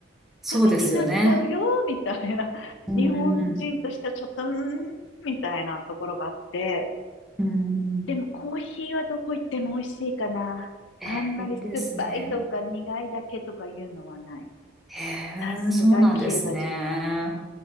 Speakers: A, in the centre; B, on the left.
A: そうですよね。
B: ダメになっちゃうよ、みたいな。
A: うーん、
B: 日本人としてはちょっと、うーん、みたいなところがあって。
A: うーん。
B: でもコーヒーはどこ行っても美味しいかな。
A: えーいいですね。
B: あんまり酸っぱいとか苦いだけとかいうのはない。
A: へ
B: さすがキューバ人。
A: え、そうなんですね。
B: う